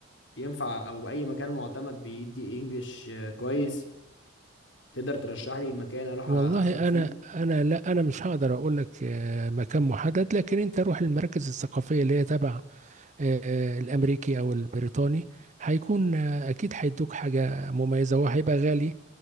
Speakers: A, on the left; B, on the right.
A: ينفع او اي مكان معتمد بيدي انجليش آه، كويس تقدر ترشح لي مكان اروح
B: والله
A: اخد فيه
B: انا انا لا انا مش هقدر اقول لك آه، مكان محدد لكن انت روح المراكز الثقافيه اللي هي تبع آه، آه، الامريكي او البريطاني هيكون آه، اكيد هيدوك حاجه مميزه وهيبقى غالي